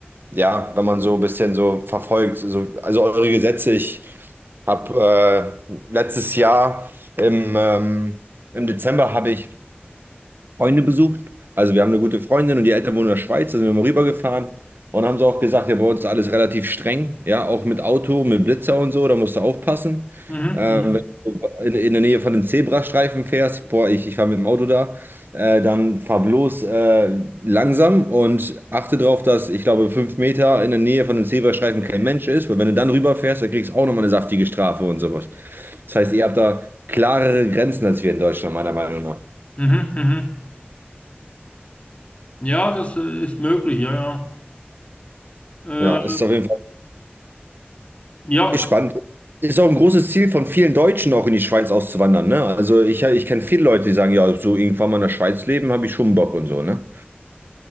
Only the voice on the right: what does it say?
ja, wenn man so ein bisschen so verfolgt, so, also eure Gesetze, ich habe äh, letztes Jahr im, ähm, im Dezember habe ich Freunde besucht. Also wir haben eine gute Freundin und die Eltern wohnen in der Schweiz, da sind wir mal rübergefahren. Und haben sie auch gesagt, ja, bei uns ist alles relativ streng, ja, auch mit Auto, mit Blitzer und so, da musst du aufpassen.
Ähm,
wenn du in, in der Nähe von den Zebrastreifen fährst, boah, ich, ich fahre mit dem Auto da, äh, dann fahr bloß äh, langsam und achte darauf, dass, ich glaube, fünf Meter in der Nähe von den Zebrastreifen kein Mensch ist, weil wenn du dann rüberfährst, dann kriegst du auch nochmal eine saftige Strafe und sowas. Das heißt, ihr habt da klarere Grenzen als wir in Deutschland, meiner Meinung nach.
Ja,
es ist auf jeden Fall.
Ist spannend. Ist auch ein großes Ziel von vielen Deutschen, auch in die Schweiz auszuwandern, ne? Also ich, ich kenne viele Leute, die sagen, ja, so irgendwann mal in der Schweiz leben, habe ich schon Bock und so, ne?